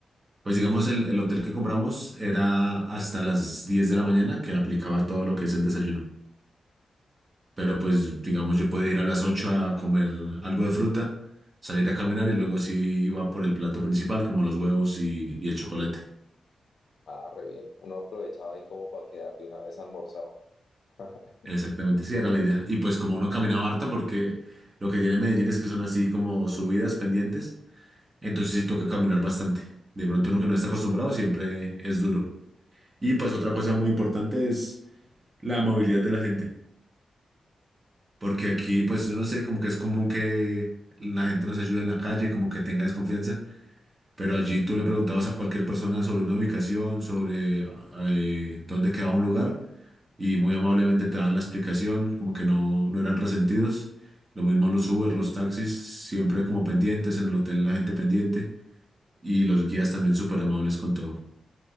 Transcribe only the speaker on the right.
Pues digamos, el, el hotel que compramos era hasta las 10 de la mañana que aplicaba todo lo que es el desayuno. Pero pues, digamos, yo podía ir a las 8 a comer algo de fruta, salir a caminar y luego sí iba por el plato principal, como los huevos y, y el chocolate.
Exactamente, sí, era la idea. Y pues como uno caminaba harto, porque lo que tiene Medellín es que son así como subidas pendientes, entonces sí toca caminar bastante. De pronto uno que no está acostumbrado siempre es duro. Y pues otra cosa muy importante es la movilidad de la gente, porque aquí pues yo no sé, como que es común que la gente nos ayude en la calle, como que tenga desconfianza. Pero allí tú le preguntabas a cualquier persona sobre una ubicación, sobre eh, dónde quedaba un lugar, y muy amablemente te daban la explicación, como que no, no eran resentidos. Lo mismo los Uber, los taxis, siempre como pendientes, en el hotel la gente pendiente, y los guías también súper amables con todo.